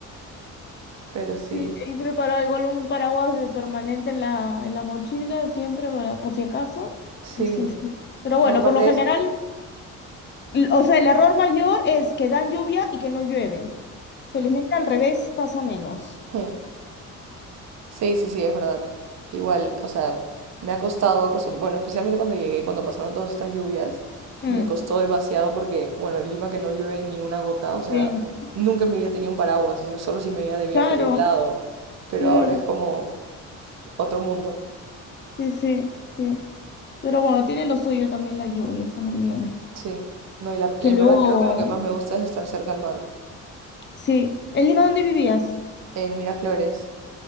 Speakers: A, on the right; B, on the left.
A: Pero sí,
B: Sí, y preparado igual un paraguas de permanente en la, en la mochila, siempre, para- por si acaso.
A: sí.
B: Sí, sí. Pero bueno,
A: No, aparte
B: por lo general,
A: es...
B: l- o sea, el error mayor es que dan lluvia y que no llueve. Felizmente al revés pasa menos.
A: <laughs> Sí, sí, sí, es verdad. Igual, o sea, me ha costado acostumbrar, bueno, especialmente cuando llegué, cuando pasaron todas estas lluvias,
B: Mm,
A: me costó demasiado porque, bueno, en Lima que no llueve ni una gota, o sea,
B: bien,
A: nunca en mi vida tenía un paraguas, o sea, solo si me iba de viaje
B: claro.
A: a algún lado, pero
B: Mm,
A: ahora es como otro mundo.
B: sí, sí, sí. Pero bueno, tiene lo suyo también la lluvia, está muy bien.
A: Sí, no, y la, en
B: Que luego...
A: verdad creo que lo que más me gusta es estar cerca al mar,
B: Sí. ¿En Lima dónde vivías?
A: en Miraflores.